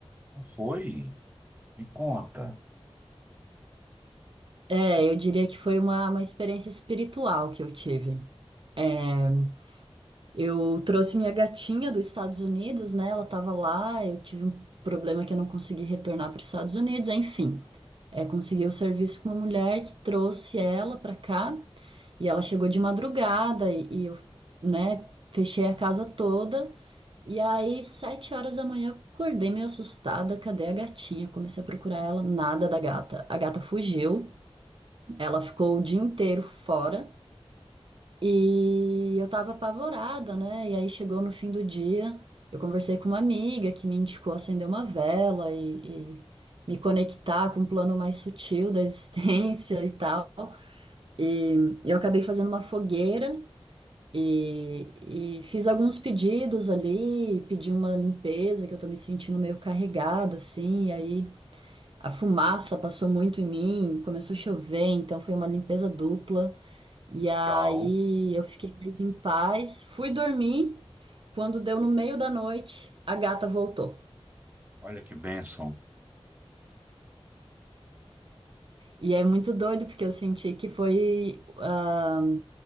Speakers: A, on the right; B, on the right.
A: Não foi? Me conta.
B: É, eu diria que foi uma, uma experiência espiritual que eu tive. É, Eu trouxe minha gatinha dos Estados Unidos, né? Ela tava lá, eu tive um problema que eu não consegui retornar para os Estados Unidos, enfim. É, conseguiu o serviço com uma mulher que trouxe ela pra cá e ela chegou de madrugada e, e eu, né, fechei a casa toda. E aí, sete horas da manhã, eu acordei meio assustada. Cadê a gatinha? Comecei a procurar ela, nada da gata. A gata fugiu, ela ficou o dia inteiro fora. E eu tava apavorada, né? E aí chegou no fim do dia, eu conversei com uma amiga que me indicou acender uma vela e, e me conectar com um plano mais sutil da existência <laughs> e tal. E eu acabei fazendo uma fogueira e, e fiz alguns pedidos ali, pedi uma limpeza, que eu tô me sentindo meio carregada, assim, e aí a fumaça passou muito em mim, começou a chover, então foi uma limpeza dupla. E aí
A: Legal.
B: eu fiquei mais em paz, fui dormir. Quando deu no meio da noite, a gata voltou.
A: Olha que bênção.
B: E é muito doido porque eu senti que foi. ah,